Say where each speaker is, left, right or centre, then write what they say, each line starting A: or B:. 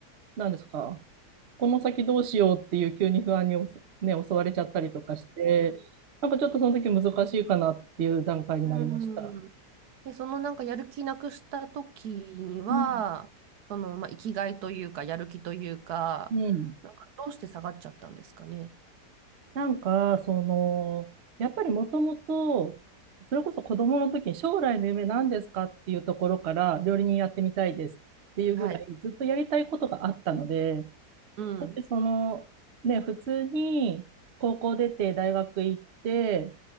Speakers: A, on the right (about 50°); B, on the right (about 70°).
A: なんですか、この先どうしようっていう急に不安におすね、襲われちゃったりとかして、なんかちょっとその時難しいかなっていう段階になりました。
B: うんで、そのなんかやる気なくした時には、
A: うん。
B: その、まあ、生きがいというか、やる気というか、
A: うん。
B: なんかどうして下がっちゃったんですかね。
A: なんか、その、やっぱりもともと、それこそ子供の時に将来の夢何ですかっていうところから料理人やってみたいですっていうぐらいずっとやりたいことがあったので、
B: はい。うん、
A: もしその、ね、普通に高校出て大学行って、